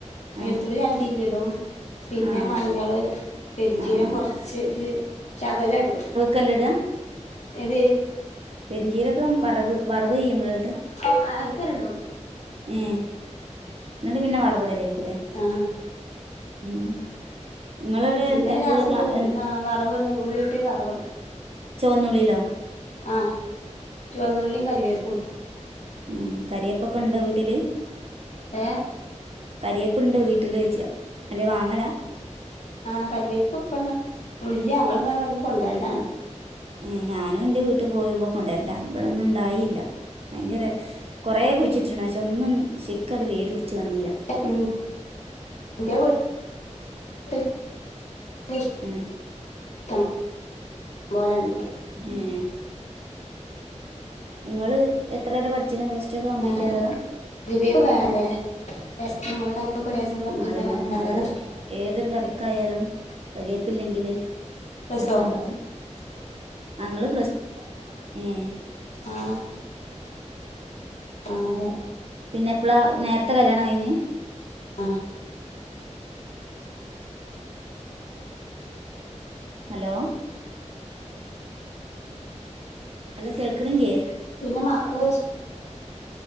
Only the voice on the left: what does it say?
വെൾത്തുള്ളി രണ്ടില്ലിടും. പിന്നെ
മഞ്ഞള് പെര്ഞ്ചീരം
കൊർച്ച് ഒര് ശകലടൊള്ളൂ.
ഏത്?
അ അയ്ക്കനിടും.
ആ
പിന്നെ ലാസ്റ്റ്
തൂമി
<unintelligible> ഉള്ളിട്ട് വറവിടും.
ആഹ് ചുവന്നുള്ളിം കരിവേപ്പുംണ്ടും.
ഏ.
ആഹ് കറിവേപ്പ് ഇപ്പണ് ഇല്ല്യാ ഞങ്ങള്ങ്ങനെ വട്ന്ന് കൊണ്ടോവലാണ്.
<unintelligible> <unintelligible> ഷ്‌ടം
പോലെണ്ട്
ആഹ്
<unintelligible> <unintelligible>
നല്ലതാ
പ്ലസ്
ടു
ആഹ് ആഹ് അതെ
ആഹ്
പിന്നെ മക്ക്